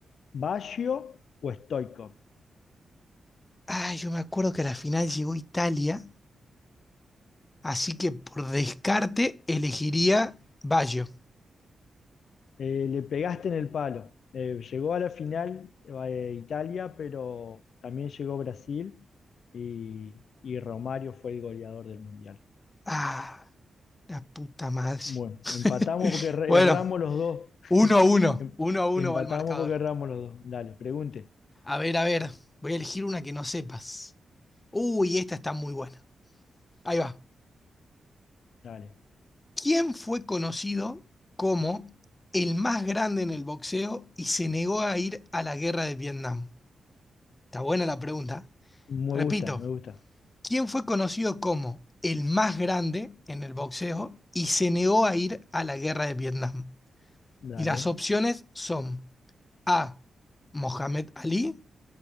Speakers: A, on the left; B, on the left.
A: Baggio o Stoico?
B: Ah, yo me acuerdo que a la final llegó Italia, así que por descarte elegiría Baggio.
A: Eh, le pegaste en el palo. Eh, llegó a la final eh, Italia, pero también llegó Brasil y, y Romario fue el goleador del Mundial.
B: Ah, la puta madre.
A: Bueno,
B: <laughs>
A: empatamos porque re-
B: Bueno,
A: erramos los dos. <laughs>
B: uno a uno,
A: Em-
B: uno a uno
A: Empatamos
B: va el marcador.
A: porque erramos los dos. Dale, pregunte.
B: A ver, a ver, voy a elegir una que no sepas. Uy, esta está muy buena. Ahí va.
A: Dale.
B: ¿Quién fue conocido como el más grande en el boxeo y se negó a ir a la guerra de Vietnam? Está buena la pregunta.
A: Me
B: Repito,
A: gusta, me gusta.
B: ¿quién fue conocido como el más grande en el boxeo y se negó a ir a la guerra de Vietnam?
A: Dale.
B: Y las opciones son A. Mohamed Ali,